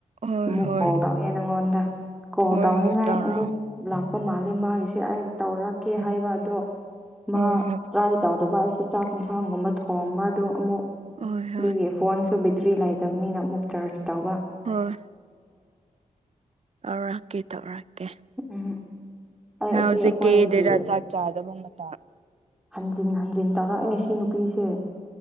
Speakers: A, on the right; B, in the centre.
A: ꯍꯣꯏ
B: ꯑꯃꯨꯛ
A: ꯍꯣꯏ
B: ꯀꯣꯜ ꯇꯧꯋꯦ ꯅꯪꯉꯣꯟꯗ꯫ ꯀꯣꯜ
A: ꯍꯣꯏ
B: ꯇꯧꯅꯤꯉꯥꯏ
A: ꯍꯣꯏ ꯇꯧꯔꯛꯑꯣ
B: ꯑꯃꯨꯛ꯫ ꯂꯥꯛꯄ ꯃꯥꯜꯂꯦ ꯃꯥꯒꯤꯁꯦ ꯑꯩ ꯇꯧꯔꯛꯀꯦ
A: ꯑꯣ
B: ꯍꯥꯏꯕ ꯑꯗꯣ ꯃꯥ
A: ꯍꯣꯏ ꯍꯣꯏ
B: ꯇꯔꯥꯏ꯫ ꯇꯧꯗꯕ ꯑꯩꯁꯨ ꯆꯥꯛ ꯏꯟꯁꯥꯡꯒꯨꯝꯕ ꯊꯣꯡꯕ ꯑꯗꯨ ꯑꯃꯨꯛ
A: ꯍꯣꯏ ꯍꯣꯏ
B: ꯑꯗꯨꯒꯤ꯫ ꯐꯣꯟꯁꯨ ꯕꯦꯇ꯭ꯔꯤ ꯂꯩꯇꯕꯅꯤꯅ ꯑꯃꯨꯛ ꯆꯥꯔꯖ ꯇꯧꯕ
A: ꯍꯣꯏ꯫ ꯇꯧꯔꯛꯀꯦ ꯇꯧꯔꯛꯀꯦ꯫
B: ꯎꯝ꯫ ꯑꯩ
A: ꯅꯪ
B: ꯑꯁꯤ
A: ꯍꯧꯖꯤꯛꯇꯤ
B: ꯑꯩꯈꯣꯏꯒꯤ
A: <unintelligible> ꯗꯔꯥ ꯆꯥꯛ ꯆꯥꯗꯕ ꯃꯇꯝ꯫
B: ꯍꯟꯖꯤꯟ ꯍꯟꯖꯤꯟ ꯇꯧꯔꯛꯑꯦ ꯁꯤ ꯅꯨꯄꯤꯁꯦ